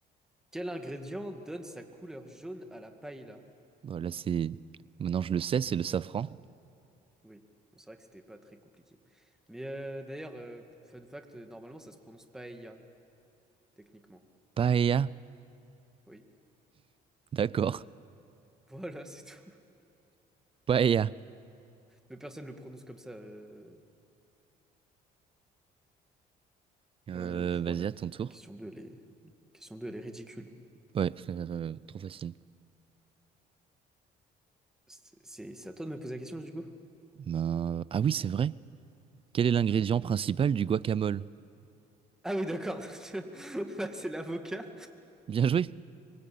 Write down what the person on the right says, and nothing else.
Voilà, c'est... Maintenant je le sais, c'est le safran.
Paella?
D'accord.
Paella.
Euh,
vas-y,
à ton tour.
Ouais. Je euh, trop facile.
Ben, Ah oui, c'est vrai. Quel est l'ingrédient principal du guacamole?
Bien joué.